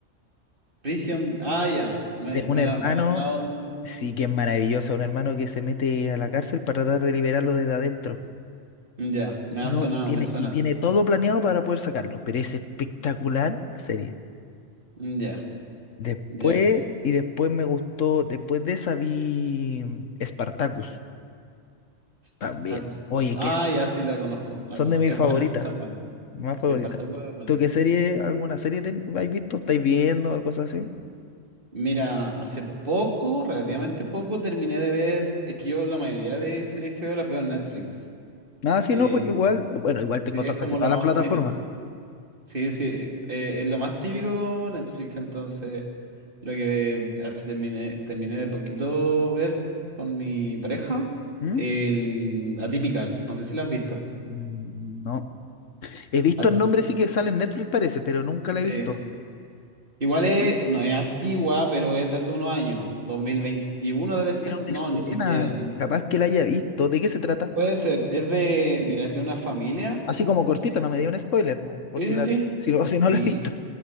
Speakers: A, on the right; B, on the left.
A: Prison. Ah, ya. Me,
B: de
A: me,
B: un hermano,
A: la- me han hablado de.
B: sí que es maravilloso, un hermano que se mete a la cárcel para tratar de liberarlo desde adentro.
A: mm, Ya, me
B: No,
A: ha sonado,
B: y tiene,
A: me suena.
B: y tiene todo planeado para poder sacarlo, pero es espectacular la serie.
A: mm, Ya,
B: Después,
A: ya.
B: y después me gustó, después de esa vi Spartacus
A: Spartacus.
B: también.
A: Spart-
B: Oye,
A: Ah,
B: que es-
A: ya, sí la conozco, la
B: son
A: conozco.
B: de mis
A: Es
B: favoritas,
A: buena, esa es buena.
B: más
A: Sí,
B: favoritas.
A: Spartacus es buena.
B: ¿Tú qué serie, alguna serie ten- habéis visto? ¿Estáis viendo o cosas así?
A: Mira, hace poco, relativamente poco, terminé de ver, es que yo la mayoría de series que veo las veo en Netflix.
B: Nada, si
A: Eh,
B: no, pues igual, bueno, igual tengo
A: series
B: to- casi
A: como
B: todas
A: lo
B: las
A: más
B: plataformas.
A: típico. Sí, sí, eh, es lo más típico Netflix, entonces lo que hace, terminé, terminé de poquito ver con mi pareja,
B: ¿Mm?
A: el Atypical, no sé si la has visto.
B: Mm, No. He visto
A: At-
B: el nombre sí que sale en Netflix parece, pero nunca
A: sí,
B: la he visto.
A: igual
B: Bueno,
A: es, no es antigua, pero es de hace unos años, 2021 debe ser,
B: pero
A: no,
B: me suena.
A: ni siquiera,
B: Capaz que la haya visto. ¿De qué se trata?
A: Puede ser, es de, mira, es de una familia
B: Así como cortito,
A: que...
B: no me dio un spoiler, po, por
A: Sí,
B: si la,
A: sí, sí.
B: si, no- <laughs> si no
A: Sí.
B: la he visto.